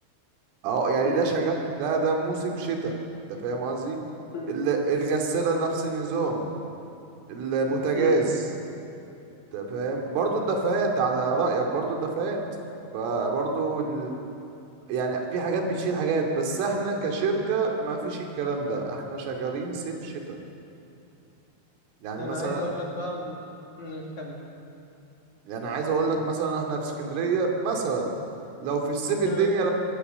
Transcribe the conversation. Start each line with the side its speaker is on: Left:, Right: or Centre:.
Right: اه يعني
Left: مم.
Right: ده شغال ده ده موسم شتاء انت فاهم قصدي
Left: مم.
Right: ال- الغسالة نفس النظام البوتاجاز
Left: مم.
Right: انت فاهم برضو الدفايات على رأيك برضو الدفايات فبرضو ال... يعني في حاجات بتشيل حاجات بس احنا كشركة ما فيش الكلام ده احنا شغالين صيف شتاء يعني
Left: انا
Right: مثلا
Left: عايز اقول لك بقى مم، كمل
Right: يعني عايز اقول لك مثلا احنا في اسكندريه مثلا لو في الصيف الدنيا
Left: مم،
Right: ري...